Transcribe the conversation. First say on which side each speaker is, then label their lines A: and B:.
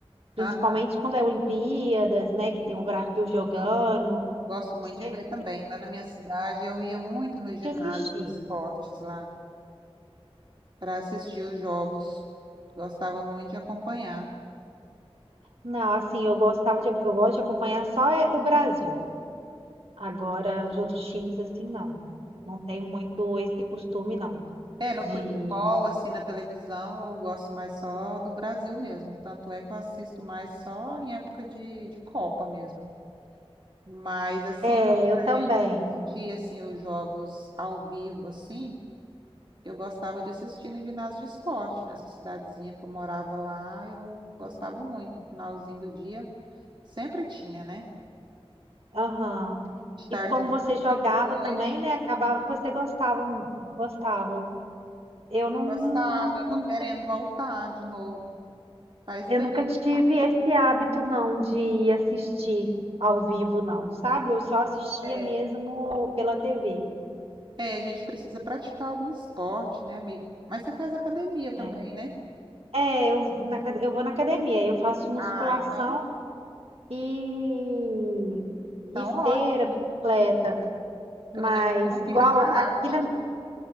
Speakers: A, on the right; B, on the right.
A: Principalmente
B: Aham.
A: quando é Olimpíadas, né? Que tem o Brasil jogando.
B: Eu gosto muito
A: Eu sempre
B: de ver também. Lá na minha cidade, eu ia muito no ginásio
A: assisti.
B: de esportes lá para assistir os jogos. Gostava muito de acompanhar.
A: Não, assim, eu gostava de, eu gosto de acompanhar só é o Brasil. Agora, os outros times, assim, não. Não tenho muito esse costume, não.
B: É, no
A: De.
B: futebol, assim, na televisão, eu gosto mais só do Brasil mesmo. Tanto é que eu assisto mais só em época de, de Copa mesmo. Mas, assim,
A: É, eu
B: pra
A: também.
B: gente assistir, assim, os jogos ao vivo, assim, eu gostava de assistir no ginásio de esporte, nessa cidadezinha que eu morava lá, eu gostava muito, no finalzinho do dia. Sempre tinha, né?
A: Aham.
B: De tarde,
A: E como você jogava
B: noite.
A: também, né? Acabava que você gostava, gostava. Eu não,
B: Gostava,
A: não-
B: eu
A: não-
B: tô querendo voltar de novo. Faz
A: eu
B: bem.
A: nunca tive esse hábito, não, de assistir ao vivo, não, sabe? Eu só assistia
B: É,
A: mesmo pela TV.
B: É, a gente precisa praticar algum esporte, né, amiga? Mas você faz academia também,
A: É,
B: né?
A: É, eu, na acad- eu vou na academia, eu faço musculação.
B: Ah, então,
A: E
B: então
A: esteira,
B: ótimo.
A: bicicleta, mas
B: Pelo menos você não
A: igual
B: fica parada
A: aqui
B: de
A: na,
B: tudo.